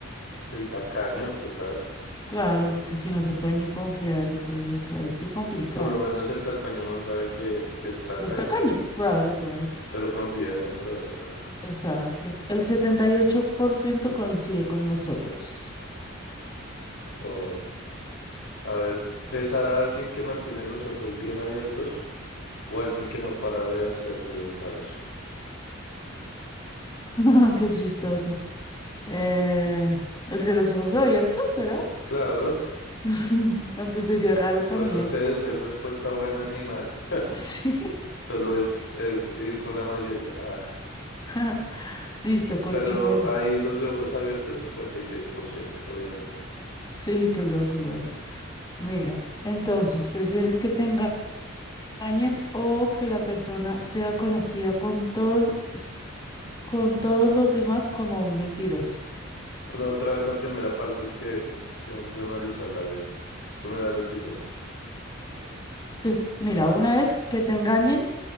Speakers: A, on the left; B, on the left.
A: El tacaño, total.
B: Claro, porque si no se puede ni confiar, entonces ahí sí complicado.
A: Por lo menos el tacaño no sabe que, que es tacaño
B: Es tacaño.
A: ya.
B: Claro, claro.
A: Pero confía en el brother, claro.
B: Exacto. El 78% coincide con nosotros.
A: O A ver, besar a alguien que mantiene los ojos bien abiertos o alguien que no para de hacer ruidos raros.
B: <laughs> Qué chistoso. Eh, ¿el de los ojos abiertos será?
A: Claro,
B: <laughs> Aunque sería raro también.
A: pues no sé, no hay respuesta buena ni mala. <laughs>
B: Sí.
A: Solo es eh, ir con la mayoría. Ah,
B: <laughs> Listo, continúo
A: pero
B: yo.
A: ahí los de ojos abiertos, 56% obviamente.
B: Sí, qué loco igual.
A: Mm.
B: Mira, entonces, ¿prefieres que tenga engañen o que la persona sea conocida con todos, con todos los demás como un mentiroso.
A: Bueno, otra vez la primera parte es que tengo que analizarla bien. ¿Me la repites?
B: Entonces, mira, una es que te engañen